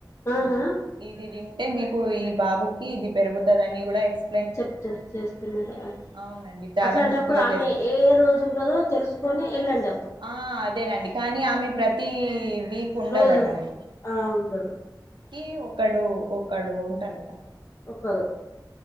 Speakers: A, on the left; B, on the right.
A: ఆహా
B: ఆ ఇది తింటే మీకు ఈ బాబుకి ఇది పెరుగుతాదని కూడా ఎక్స్
A: చెప్తే చేస్తున్నారు అట్లా
B: అవునండి చాలా
A: అట్లాంటప్పుడు
B: మంచిగా
A: ఆమె
B: చేస్తుంది
A: ఏ రోజుంటదో తెలుసు కొని ఎళ్ళండ
B: ఆ అదేనండి కానీ ఆమె ప్రతీ వీక్ ఉండదట
A: రోజు
B: అండి
A: ఆ ఉండరు
B: కీ ఒకడు ఒకడుంటాడట
A: ఒకరు